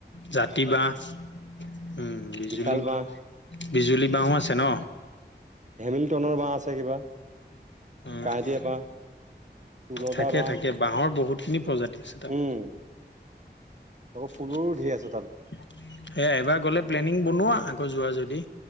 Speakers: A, on the left; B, on the right.
A: জাতি বাঁহ। উম' বিজুলী,
B: বিশাল বাঁহ
A: বিজুলী বাঁহো আছে ন'?
B: হেমিলটনৰ বাঁহ আছে কিবা,
A: উম
B: কাইটিয়া
A: উম
B: বাঁহ। তুলদা
A: থাকে,
B: বাঁহ
A: থাকে। বাঁহৰ বহুতখিনি প্ৰজাতি আছে তাৰ।
B: উম আকৌ ফুলৰো
A: <unintelligible>
B: ঢেৰ আছে তাত
A: এ এবাৰ গ'লে প্লেনিং বনোৱা। আকৌ যোৱা যদি।